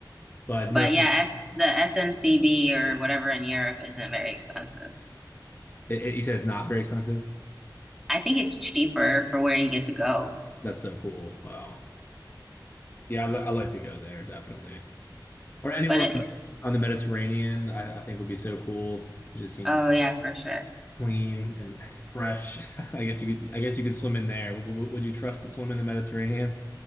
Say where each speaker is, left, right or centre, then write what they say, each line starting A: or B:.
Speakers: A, on the left (about 30°); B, in the centre.
A: But
B: But
A: no,
B: yeah, S the SNCB or whatever in Europe isn't very expensive.
A: it, it- you said it's not very expensive.
B: I think it's cheaper for where you get to go.
A: That's so cool. Wow. Yeah, I, li- I like to go there definitely, or anywhere
B: But it,
A: on the on the Mediterranean. I, I think would be so cool. It just seems.
B: oh yeah, for sure.
A: clean and fresh. <laughs> I guess you could, I guess you could swim in there. W- w- Would you trust to swim in the Mediterranean?